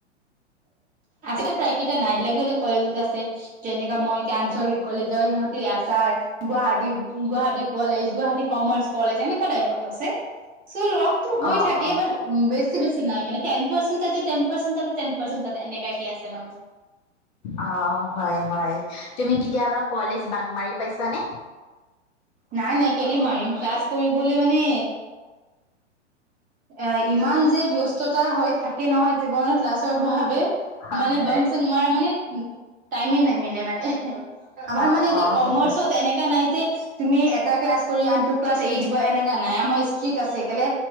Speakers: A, on the right (about 20°); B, on the left (about 35°).
A: আছে প্ৰায়কেইটা নাই, বেলেগ- বেলেগ কলেজত আছে। যেনেকা মই এতিয়া আঞ্চলিক কলেজৰ, সিহঁতি এছাৰ। Guwahati- Guwahati college, Guwahati commerce college, এনেকুৱা টাইপত আছে। চ', লগটো হৈ
B: অ
A: থাকে,
B: অ
A: বাট বেছি- বেছি নাই, মানে টেন পাৰচেন্ত তাতে, টেন পাৰ্চেন্ত তাতে, টেন পাৰ্চেন্ত তাতে, এনেুৱাকে আছে। মানে।
B: অ, হয়- হয় তুমি কেতিয়াবা কলেজ বাং মাৰি পাইছানে?
A: নাই- নাই, কেলে মাৰিম। ক্লাছ কৰিবলৈ মানে এ ইমান যে ব্যস্ততা হৈ থাকে নহয় জীৱনত ক্লাছৰ বাবে।
B: হয়
A: মানে
B: হয়।
A: বং- চং মৰা মানে টাইমে নাই মিলে মানে, আমাৰ
B: অ'
A: মানে এতিয়া
B: অ'
A: কমাৰ্চত এনে নাই যে, তুমি এটা ক্লাছ কৰি আনটো ক্লাছ এৰি দিব। এনেকা নাই আমাৰ ষ্ট্ৰিক্ট আছে। কেলে